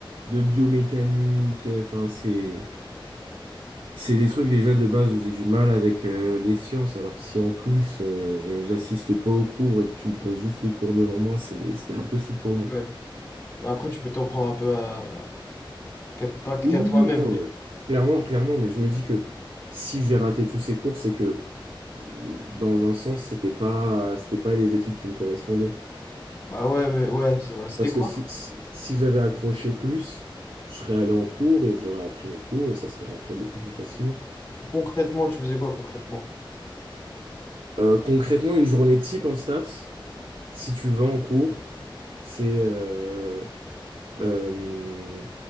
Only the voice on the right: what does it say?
de biomécanique. euh, Enfin, c'est... C'est des trucs déjà de base où j'ai du mal avec euh, les sciences. Alors si en plus euh, j'assiste pas aux cours et que tu me poses juste les cours devant moi, c'est, c'était impossible pour moi.
Oui,
oui, oui, non,
clairement, clairement, mais je me dis que si j'ai raté tous ces cours, c'est que mmh, dans un sens, c'était pas, c'était pas les études qui me correspondaient.
Parce
que si, si, si j'avais accroché plus, je serais allé en cours et j'aurais appris mes cours et ça serait rentré beaucoup plus facilement.
Euh, concrètement, une journée type en STAPS, si tu vas en cours, c'est euh, euh,